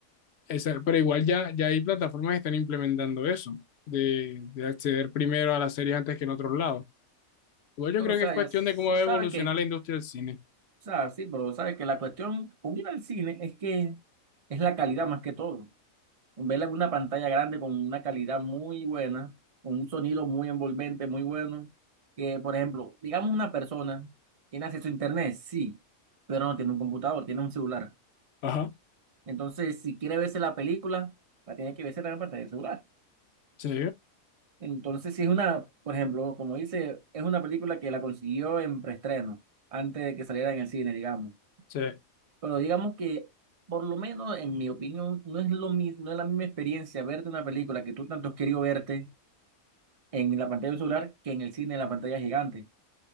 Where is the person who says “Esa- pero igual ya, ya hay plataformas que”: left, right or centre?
Left